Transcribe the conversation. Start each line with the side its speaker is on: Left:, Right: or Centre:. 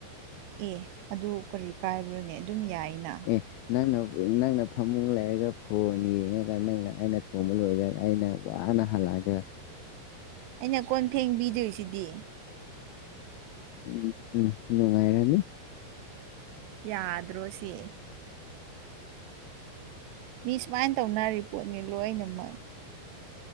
Right: ꯑꯦ ꯑꯗꯨ ꯀꯔꯤ ꯀꯥꯏꯕ꯭ꯔꯥꯅꯦ ꯑꯗꯨꯝ ꯌꯥꯏꯅ
Left: ꯑꯦ ꯅꯪꯅ ꯅꯪꯅ ꯐꯃꯨꯡ ꯂꯩꯔꯒ ꯐꯣꯟ ꯌꯦꯡꯉꯒ ꯅꯪꯅ ꯑꯩꯅ ꯊꯣꯡꯕ ꯂꯣꯏꯔꯒ ꯑꯩꯅ ꯋꯥꯅ ꯍꯜꯂꯑꯒ
Right: ꯑꯩꯅ ꯀꯣꯟ ꯊꯦꯡꯕꯤꯗꯣꯏꯁꯤꯗꯤ
Left: ꯎꯝ ꯎꯝ ꯅꯨꯡꯉꯥꯏꯔꯅꯤ
Right: ꯌꯥꯗ꯭ꯔꯣ ꯁꯤ? ꯃꯤ ꯁꯨꯃꯥꯏꯅ ꯇꯧꯅꯔꯤ ꯄꯣꯠꯅꯤ ꯂꯣꯏꯅꯃꯛ